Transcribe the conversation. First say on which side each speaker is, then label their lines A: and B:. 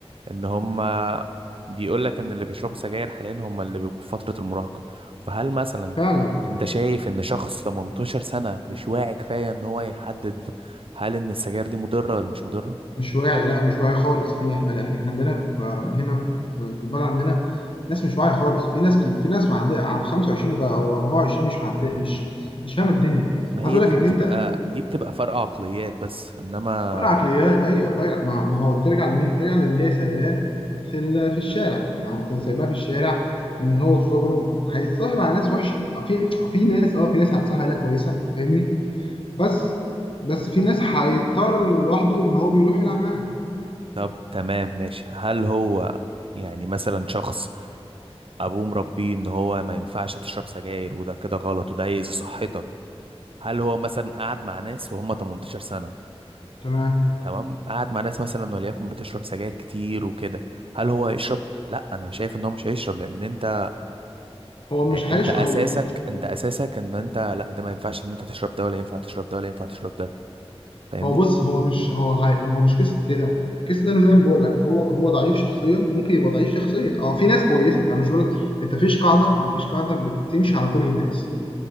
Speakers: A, on the right; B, on the left.
A: ان هما بيقول لك ان اللي بيشربوا سجاير حاليا هما اللي بيبقوا في فترة المراهقة فهل مثلا
B: فعلا
A: انت شايف ان شخص 18 سنة مش واعي كفاية ان هو يحدد هل ان السجاير دي مضرة ولا مش مضرة
B: مش واعي لا مش واعي خالص في إحنا إحنا إحنا عندنا في هنا في في البلد عندنا ناس مش واعية خالص في ناس كي في ناس ما عندها عند 25 وت- أو 24 مش معد مش مش فاهمة الدنيا
A: ما هي
B: عايز أقول
A: دي
B: لك
A: بتبقى
B: إن أنت
A: دي بتبقى فرق عقليات بس انما
B: فرق عقليات ايوه فرق ما ما هو ترجع لمين ترجع للي هي سايباه في ال- في الشارع يعني كان سايباه في الشارع من هو صغره هيتصاحب على ناس وحشه في في ناس اه في ناس هتصاحب عليها كويسه فاهمني بس بس في ناس هيضطر لوحده ان هو بيروح يلعب معاها
A: طب تمام ماشي هل هو يعني مثلا شخص ابوه مربيه ان هو ما ينفعش تشرب سجاير وده كده غلط وده هيأذي صحتك هل هو مثلا قعد مع ناس وهم 18 سنة
B: تمام
A: تمام قعد مع ناس مثلا وليكن بتشرب سجاير كتير وكده هل هو يشرب لا انا شايف ان هو مش هيشرب لان انت
B: هو مش
A: يعني
B: هيش
A: انت اساسك
B: هو م-
A: انت اساسك ان انت لا ده ما ينفعش ان انت تشرب ده ولا ينفع تشرب ده ولا ينفع تشرب ده فاهمني
B: هو بص هو مش هو هي هو مش قصه كده قصه ده انا زي ما بقول لك هو هو ضعيف شخصيا ممكن يبقى ضعيف شخصيا اه في ناس كويسه انا مش بقول لك انت فيش قاعده ما فيش قاعده بتمشي على كل الناس